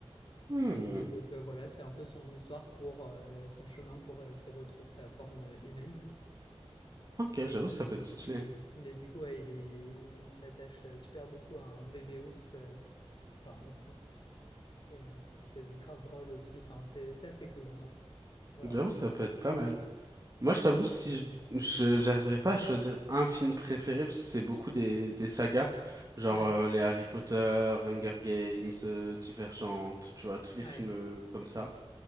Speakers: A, on the right; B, on the left.
A: Hmm.
B: et donc euh, voilà, c'est un peu son histoire pour euh, son chemin pour euh, qu'il retrouve sa forme euh, humaine.
A: Ok,
B: Et,
A: j'avoue,
B: euh,
A: ça peut
B: mais,
A: être stylé.
B: mais du coup, ouais, il est- il s'attache euh, super beaucoup à un bébé ours, euh, enfin un ourson, et, euh, qui est grave drôle aussi. Enfin, c'est c'est assez cool en vrai. Voilà.
A: J'avoue, ça peut être pas mal. Moi, je t'avoue, si je, je- j'arriverais pas à choisir un film préféré, parce que c'est beaucoup des, des sagas, genre
B: Ouais,
A: euh, les Harry Potter, Hunger Games, euh, Divergente, tu vois, tous les
B: ouais.
A: films euh, comme ça,